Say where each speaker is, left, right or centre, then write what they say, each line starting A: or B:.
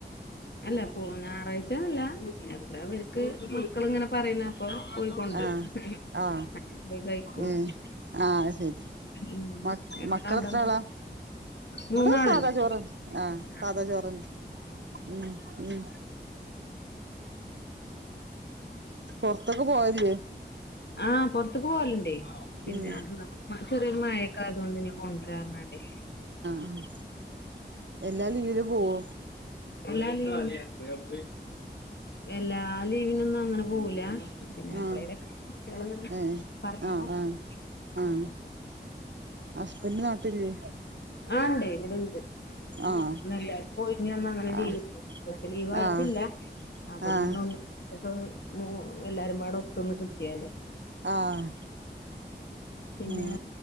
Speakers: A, on the left (about 70°); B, on the right (about 80°).
A: അല്ല പോ ഞായറാഴ്ച ചല്ല എ <unintelligible> ഇവർക്ക് മക്കള് ഇങ്ങനെ പറയുണ് അപ്പ പോയിക്കൊണ്ടരും
B: ആ ആ
A: അങ്ങനെ പോയി കഴിക്കും
B: ഏ ആ ശരി
A: ഉം
B: മ
A: എന്താ
B: മക്കളെത്ര
A: അവിടെ
B: ആളാ ഇവിടെ
A: മൂന്നാളുണ്ട്
B: സാധാ ചോർ ആ
A: ആഹ്
B: സാധാ ചോറെന്നെ മ് മ് പൊറത്തൊക്കെ പോവലില്ലേ
A: ആ ആ പുറത്തേക്ക് പോവലുണ്ടേ പിന്നെ
B: ഉം
A: ചെറിയൊരു മഴക്കോ ആയതൊണ്ട് ഞാൻ കൊണ്ടാര പറഞ്ഞാണ്ടേ
B: മ് എല്ലാ ലീവിലും പൂവോ
A: എല്ലാ ലീവ് എല്ലാ ലീവിനൊന്നും അങ്ങനെ പോവൂല പിന്നെ എപ്പളയിലൊക്കെ
B: ആഹ്
A: കുട്ടികള് ഇങ്ങനെ
B: ഏഹ്
A: പറയുമ്പോ
B: ആഹ്
A: <inaudible>
B: ആഹ് ആഹ് ഹസ്ബൻഡ് നാട്ടിൽ ഇല്ലേ
A: ആ ഇണ്ട് ഇവിടെണ്ട്
B: ആഹ്
A: ഇന്നെല്ലാര്ക്കും ഒഴിഞ്ഞുവന്നു അങ്ങനെ
B: ആഹ്
A: ലീവ് കിട്ടി അപ്പ ലീവ് ആക്കി
B: ആഹ്
A: ഇപ്പ ഇല്ല അപ്പ
B: ആഹ്
A: ഇന്ന് <unintelligible> എല്ലാരും പാടേ ഒത്തൊന്ന് കിട്ടിതല്ലേ
B: ആഹ്
A: പിന്നെ
B: ഉം